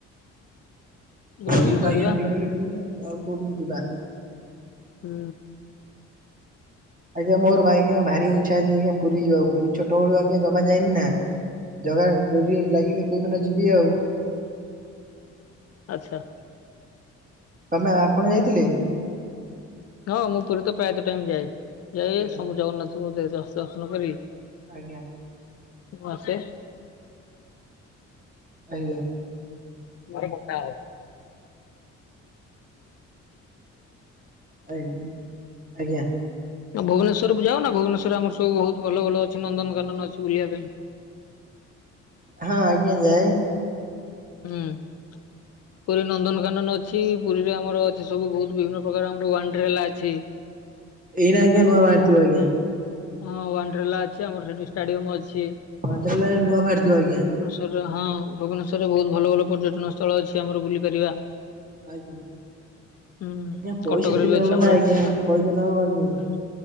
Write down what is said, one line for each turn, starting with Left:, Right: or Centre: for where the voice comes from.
Left: ବୁଲାବୁଲି
Right: ଏଇଠିତ
Left: କରିବା
Right: ଆଜ୍ଞା ବୁଲାବୁଲି କରିବେ ଆଉ କୋଉଠିକୁ ଯିବା।
Left: ହୁଁ।
Right: ଆଜ୍ଞା ମୋରବା ଆଜ୍ଞା ଭାରି ଇଚ୍ଛା ଅଛି, ଆଜ୍ଞା ପୁରୀ ଯିବାକୁ ପୁରୀ ଛୋଟବେଳୁ ଆଜ୍ଞା ଜମା ଯାଇନିନା। ଜଗା ଡୋରି ଲାଗିଲେ କୋଉ ଦିନ ଯିବି ଆଉ।
Left: ଆଚ୍ଛା।
Right: ତମେ ଆପଣ ଯାଇଥିଲେ।
Left: ହଁ ମୁଁ ପୁରୀ ତ ପ୍ରାୟତଃ ଟାଇମ୍ ଯାଏ। ଯାଏ
Right: ଆଜ୍ଞା
Left: ସବୁ ଜଗନ୍ନାଥଙ୍କୁ ଦ ଦର୍ଶନ କରିି
Right: ଆଜ୍ଞା।
Left: ମୁଁ ଆସେ।
Right: ଆଜ୍ଞା
Left: ମୋର ଗୋଟା ହଉ।
Right: ଏଇ ଆଜ୍ଞା।
Left: ଆଉ ଭୁବନେଶ୍ୱରକୁ ଯାଉନ ଭୁବନେଶ୍ୱରରେ ଆମର ସବୁ ବହୁତ ଭଲ ଭଲ ଅଛି ନନ୍ଦନକାନନ ଅଛି ବୁଲିବା ପାଇଁ।
Right: ହଁ ଆଜ୍ଞା ଯାଏ।
Left: ହୁଁ। ପୁରୀ ନନ୍ଦନକାନନ ଅଛି ପୁରୀରେ ଆମର ଅଛି ସବୁ ବହୁତ ବିଭିନ୍ନ ପ୍ରକାର ଆମର ୱାଡ୍ରେଲା ଅଛି।
Right: ଏଇନା ଆଜ୍ଞା ନୂଆ ବାହାରି ଥିବ ଆଜ୍ଞା।
Left: ହଁ ୱାଡ୍ରେ଼ଲା ଅଛି ଆମର ସେଠି ଷ୍ଟାଡିୟମ୍ ଅଛି।
Right: ୱାଡ଼୍ରେଲା ଏଇନା ନୂଆ ବାହାରିଥିବ ଆଜ୍ଞା।
Left: ଆରେ ହଁ ଭୁବନେଶ୍ୱରରେ ବହୁତୁ ଭଲ ଭଲ ପର୍ଯ୍ୟଟନ ସ୍ଥଳ ଅଛି ଆମର ବୁଲି ପାରିବା।
Right: ଆଜ୍ଞା।
Left: ହୁଁ
Right: ଆଜ୍ଞା ପଇସା
Left: କଟକରେ
Right: ଥିଲେ
Left: ବି ଅଛି
Right: ହବନା
Left: ଆମର
Right: ଆଜ୍ଞା କହିଦେଲେ ହବ ଆଜ୍ଞା
Left: ହୁଁ